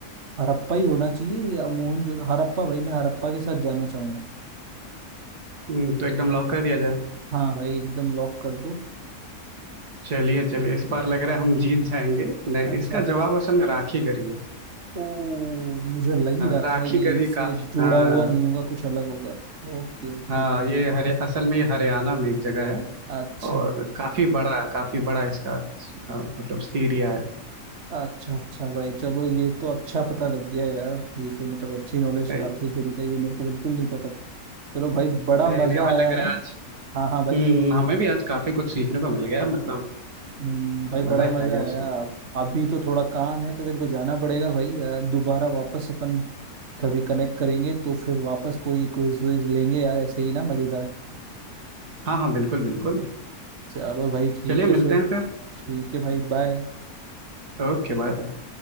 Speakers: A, on the right; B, on the right.
A: हड़प्पा ही होना चाहिए या मोहनजोदड़ो हड़प्पा भाई मैं हड़प्पा के साथ जाना चाहूंगा
B: हम्म, तो एकदम लॉक कर दिया जाए
A: हाँ भाई एकदम लॉक कर दो
B: चलिए चलिए इस बार लग रहा है हम जीत जाएंगे नहीं
A: अच्छा
B: इसका जवाब असल में राखीगढ़ी है
A: ओ मुझे लग ही
B: हाँ,
A: रहा
B: राखीगढ़ी
A: था ये इनसे
B: का
A: जुड़ा
B: हाँ
A: हुआ नहीं होगा कुछ अलग होगा ओके ओके
B: हाँ
A: भाई
B: ये हरे असल में ये हरियाणा में एक जगह है
A: अच्छा
B: और
A: भाई
B: काफी बड़ा काफी बड़ा इसका अ, मतलब एरिया है
A: अच्छा अच्छा भाई चलो ये तो अच्छा पता लग गया यार ये तो मतलब अच्छी नॉलेज
B: नहीं
A: राखी गरी का ये मेरे को बिल्कुल नहीं पता था चलो भाई बड़ा
B: नहीं
A: मजा
B: नहीं, हमें
A: आया
B: लग
A: ना
B: रहा है आज
A: हाँ हाँ भाई
B: हम्म हमें भी आज काफी कुछ सीखने को मिल गया मतलब
A: हम्म, भाई बड़ा
B: मजा
A: मजा
B: आ गया
A: आया
B: आज तो।
A: अब- अभी तो थोड़ा काम है तो मेरे को जाना पड़ेगा भाई यार दोबारा वापस अपन कभी कनेक्ट करेंगे तो फिर वापस कोई क्विज विज लेंगे यार ऐसे ही ना मजेदार
B: हाँ हाँ बिल्कुल बिल्कुल
A: चलो भाई ठीक
B: चलिए
A: है
B: मिलते
A: फिर
B: हैं फिर
A: ठीक है भाई बाय
B: Okay bye bye